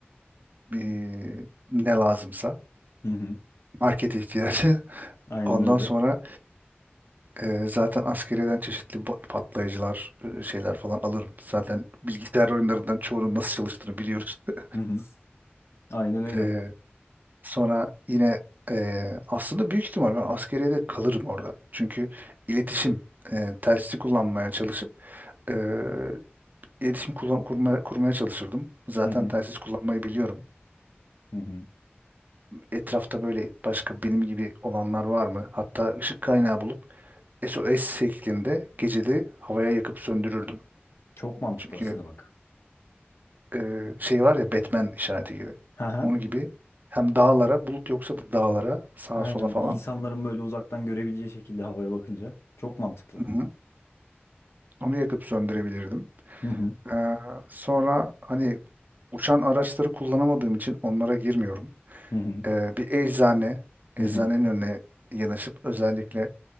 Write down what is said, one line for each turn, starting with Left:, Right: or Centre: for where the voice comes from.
Right: eee, ne lazımsa
Left: Hı hı.
Right: market ihtiyacı. <laughs>
Left: Aynen
Right: Ondan
Left: öyle.
Right: sonra eee, zaten askeriyeden çeşitli ba- patlayıcılar eee, şeyler falan alırım. Zaten bilgisayar oyunlarından çoğunun nasıl çalıştığını biliyoruz. <laughs>
Left: Hı hı. Aynen öyle.
Right: Eee, sonra yine eee, aslında büyük ihtimal ben askeriyede kalırım orada. Çünkü iletişim eee telsizi kullanmaya çalışıp eee, iletişim kullan kurmaya, kurmaya çalışırdım. Zaten
Left: Hı hı.
Right: telsiz kullanmayı biliyorum.
Left: Hı hı.
Right: Etrafta böyle başka benim gibi olanlar var mı? Hatta ışık kaynağı bulup SOS şeklinde geceli havaya yakıp söndürürdüm.
Left: Çok mantıklı
Right: Çünkü
Left: aslında bak.
Right: e, şey var ya Batman işareti gibi.
Left: Hı hı.
Right: Onu gibi hem dağlara, bulut yoksa da dağlara, sağa
Left: Aynen
Right: sola falan
Left: insanların böyle uzaktan görebileceği şekilde havaya bakınca çok mantıklı.
Right: hı hı, onu yakıp söndürebilirdim.
Left: Hı hı.
Right: Ee, sonra hani uçan araçları kullanamadığım için onlara girmiyorum.
Left: Hı hı.
Right: Ee, bir eczane, eczanenin
Left: Hı hı.
Right: önüne yanaşıp özellikle